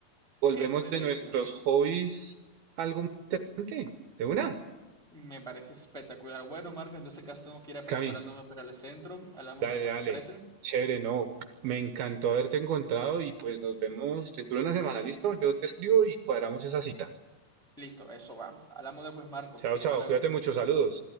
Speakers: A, on the right; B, in the centre.
A: Volvemos
B: Excelente,
A: de nuestros hobbies algo más interesante. De una,
B: me parece espectacular. Bueno, Marco, en ese caso tengo que ir apresurándome
A: Cami,
B: para el centro. Hablamos
A: dale,
B: después,
A: dale.
B: ¿te parece?
A: Chévere, no. Me encantó haberte encontrado y pues nos vemos dentro de una semana, ¿listo? Yo te escribo y cuadramos esa cita.
B: Listo, eso va. Hablamos después, Marco.
A: Chao, chao,
B: Hasta luego.
A: cuídate mucho, saludos.